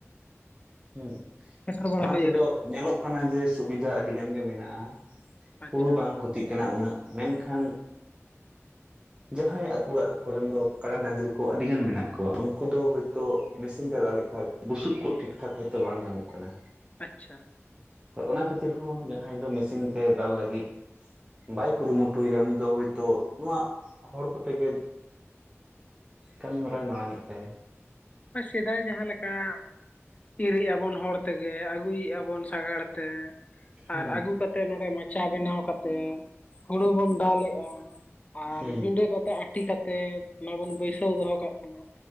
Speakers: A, on the right; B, on the left.
A: ᱦᱩᱸ,
B: ᱥᱮᱴᱮᱨ ᱵᱟᱲᱟ
A: ᱚᱱᱟ
B: ᱦᱩᱭ
A: ᱛᱮᱫᱚ
B: ᱟᱠᱟᱱᱟ
A: ᱧᱮᱞᱚᱜ ᱠᱟᱱᱟ ᱡᱮ ᱥᱩᱵᱤᱫᱷᱟ ᱟᱹᱰᱤ ᱜᱟᱱ ᱜᱮ ᱢᱮᱱᱟᱜ-ᱟ᱾
B: ᱟᱪᱪᱷᱟ
A: ᱦᱩᱲᱩ ᱵᱟᱝ ᱠᱷᱚᱛᱤᱜ ᱠᱟᱱᱟ ᱩᱱᱟᱹᱜ ᱢᱮᱱᱠᱷᱟᱱ ᱡᱟᱦᱟᱸᱭ ᱟᱹᱛᱩ ᱚᱲᱟᱜ ᱠᱚᱨᱮᱱ ᱫᱚ ᱠᱟᱲᱟ ᱰᱟᱝᱨᱤ ᱠᱚ ᱟᱹᱰᱤᱜᱟᱱ ᱢᱮᱱᱟᱜ ᱠᱚᱣᱟ ᱩᱝᱠᱩ ᱫᱚ ᱦᱳᱭᱛᱳ ᱢᱮᱥᱤᱱ ᱛᱮ ᱫᱟᱞᱮᱜ ᱠᱷᱟᱡ ᱵᱩᱥᱩᱵ ᱠᱚ ᱴᱷᱤᱠ ᱴᱷᱟᱠ ᱦᱳᱭᱛᱳ ᱵᱟᱝ ᱧᱟᱢᱚᱜ ᱠᱟᱱᱟ,
B: ᱟᱪᱪᱷᱟ
A: ᱦᱳᱭ ᱚᱱᱟ ᱠᱷᱟᱹᱛᱤᱨ ᱦᱚᱸ ᱡᱟᱦᱟᱸᱭ ᱫᱚ ᱢᱮᱥᱤᱱ ᱛᱮ ᱫᱟᱞ ᱞᱟᱹᱜᱤᱫ ᱵᱟᱭ ᱠᱩᱨᱩᱢᱩᱴᱩᱭᱮᱫᱟ ᱩᱱᱤ ᱫᱚ ᱦᱚᱭᱛᱚ ᱱᱚᱣᱟᱜ ᱦᱚᱲ ᱠᱚᱛᱮ ᱜᱮᱼᱼ ᱠᱟᱹᱢᱤ ᱦᱚᱨᱟᱭ ᱢᱟᱲᱟᱝᱮᱫ ᱛᱟᱭᱟ᱾
B: ᱥᱮᱫᱟᱭ ᱡᱟᱦᱟᱸ ᱞᱮᱠᱟ᱾ ᱠᱟ ᱤᱨᱜ ᱟ ᱵᱚᱱ ᱦᱚᱲ ᱛᱮᱜᱮ ᱟᱹᱜᱩᱭᱮ ᱟ ᱵᱚᱱ ᱥᱟᱜᱟᱲ ᱛᱮᱼᱼ
A: ᱦᱩᱸ
B: ᱟᱨ ᱟᱹᱜᱩ ᱠᱟᱛᱮᱫ ᱱᱚᱸᱰᱮ ᱢᱟᱪᱟ ᱵᱮᱱᱟᱣ ᱠᱟᱛᱮᱫ ᱦᱩᱲᱩ ᱵᱚᱱ ᱫᱟᱞᱜᱼᱟ᱾ ᱟᱨ
A: ᱦᱩᱸ
B: ᱵᱤᱸᱰᱟᱹ ᱠᱟᱛᱮᱫ ᱟᱴᱤ ᱠᱟᱛᱮᱫ ᱚᱱᱟ ᱵᱚᱱ ᱵᱟᱹᱭᱥᱟᱹᱣ ᱫᱚᱦᱚ ᱠᱟᱜ ᱠᱟᱱᱟ᱾